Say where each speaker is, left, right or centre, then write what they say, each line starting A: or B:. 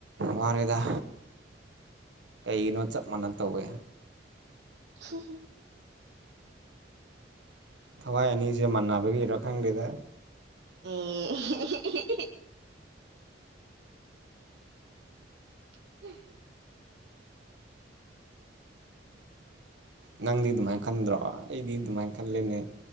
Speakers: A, on the right (about 80°); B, on the right (about 60°).
A: ꯋꯥꯔꯦꯗ ꯀꯩꯒꯤꯅꯣ ꯆꯞ ꯃꯥꯟꯅ ꯇꯧꯋꯦ
B: <inaudible>
A: ꯊꯋꯥꯏ ꯑꯅꯤꯁꯦ ꯃꯥꯟꯅꯕꯒꯤꯔ ꯈꯪꯗꯦꯗ
B: ꯑꯦ <unintelligible>
A: ꯅꯪꯗꯤ ꯑꯗꯨꯃꯥꯏꯅ ꯈꯟꯗ꯭ꯔꯣ ꯑꯩꯗꯤ ꯑꯗꯨꯃꯥꯏꯅ ꯈꯜꯂꯦꯅꯦ